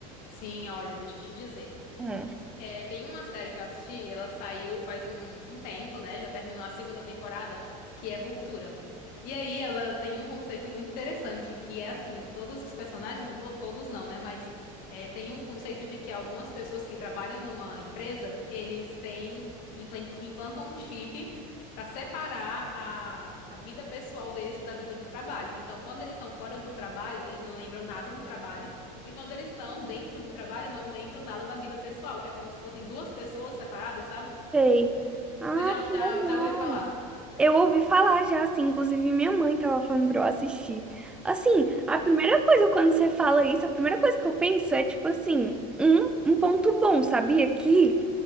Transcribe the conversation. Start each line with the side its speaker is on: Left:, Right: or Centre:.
Left: Sim, olha, deixa eu te dizer.
Centre: Hum.
Left: É, tem uma série que eu assisti, ela saiu faz um, um tempo, né? Já terminou a segunda temporada, que é Ruptura. E aí ela tem um conceito muito interessante, que é assim, todos os personagens, no- todos não, né? Mas é, tem um conceito de que algumas pessoas que trabalham numa empresa, eles têm, implan- implantam um chip para separar a, a vida pessoal deles da vida do trabalho. Então, quando eles estão fora do trabalho, eles não lembram nada do trabalho. E quando eles estão dentro do trabalho, não lembram nada da vida pessoal. É como se fossem duas pessoas separadas, sabe?
Centre: Sei. Ah,
Left: Tu já,
Centre: que
Left: já,
Centre: legal.
Left: já ouviu falar?
Centre: Eu ouvi falar já, assim, inclusive minha mãe tava falando pra eu assistir. Assim,
Left: Perfeito.
Centre: a primeira coisa quando você fala isso, a primeira coisa que eu penso é, tipo assim, um, um ponto bom, sabia? Que